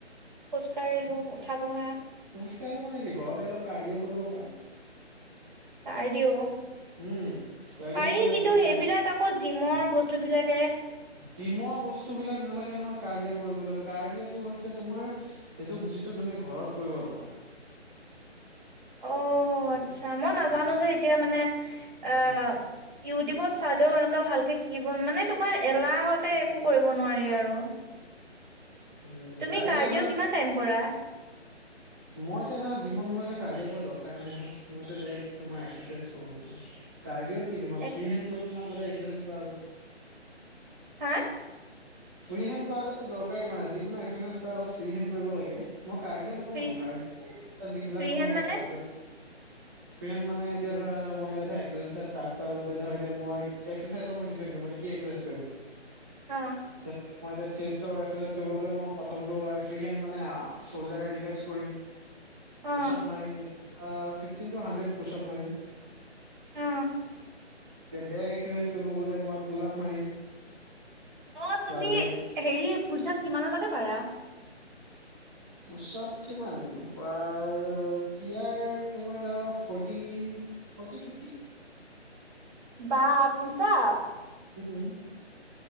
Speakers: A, on the right; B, on the right.
A: খোজ কঢ়িলো উঠা বঢ়া
B: খোজ কাঢ়িলে মানে কি ঘৰতে অলপ কাৰ্ডিও কৰিব পাৰা
A: কাৰ্ডিও
B: উম কাৰ্ডিঅ'
A: পাৰি
B: কৰিলে
A: কিন্তু
B: ভাল
A: সেইবিলাক আকৌ জিমৰ বস্তুবিলাক
B: জিমৰ বস্তু বিলাক নালাগে নহয় কাৰডিয় কৰিবলৈ কাৰ্ডিয়াটো হৈছে তোমাৰ সেটো যিটো তুমি ঘৰত কৰিব পাৰা <unintelligible>
A: অ
B: বুজি
A: অ আচ্ছা
B: পালা
A: মই নাজানো যে এতিয়া মানে অ
B: উম
A: ইউটিউবত চালো ভালকে শিকিব মানে তোমাৰ এলাহতে একো কৰিব নোৱাৰি আৰু
B: উম
A: তুমি
B: কাৰ্ডিঅ'
A: কাৰ
B: ধৰা
A: দিও কিমান টাইম কৰা?
B: মই এতিয়া ধৰাক যিমান মই কাৰডিও কৰিবলৈ দৰকাৰ নাই নহয় মই এতিয়া ডাৰেক তোমাৰ এক্সাৰচাইজ কৰোঁগে কাৰডিয়ক কি তোমাৰ
A: এক্সাৰচাইজ
B: ফ্ৰী হেণ্ড ট্ৰেইনিঙৰ এক্সাৰচাইজ কৰাৰ গতে
A: হা
B: ফ্ৰী হেণ্ড কৰা দৰকাৰ মানে যিকোনো একৰচাইজত ফ্ৰী হেণ্ড কৰিব লাগে মই কাৰ্ডি নকৰো
A: ফ্ৰী
B: ত
A: হেণ্ড
B: কাৰডিঅ যিবিলাক
A: ফ্ৰী
B: মানুহে
A: হেণ্ড
B: অলপ
A: মানে
B: প্ৰব্লেম ফ্ৰী হেণ্ড মানে এতিয়া ধৰা মই এতিয়া ধৰা এক্সাচাইজত কৰাৰ আগতে ধৰা এয়া মই এক্সাচাইজৰ ওপৰত ডিপেডম মানে কি এক্সাইজ কৰিম
A: অ
B: যেনে মই এতিয়া চেষ্টচাইজ কৰিব মই প্ৰথমটো হয় ফ্ৰী হেণ্ড মানে চল্ডাৰ ৰিললেস্ক কৰিম
A: অ
B: পোচাব মাৰিম ফিফটিন টু হাড্ৰেড পোচাব মাৰিম
A: অ
B: বেক এক্সাৰচাইজ কৰিব গ'লে মই পোলাপ মাৰিম
A: অ তুমি
B: বা লেগ
A: হেৰি পোচাপ কিমানলৈকে পাৰা
B: পোচাৱ কিমান বাৰ পিয়াৰ তোমাৰ ফৰ্টি ফটি ফিপটি
A: বা পোচাব
B: উম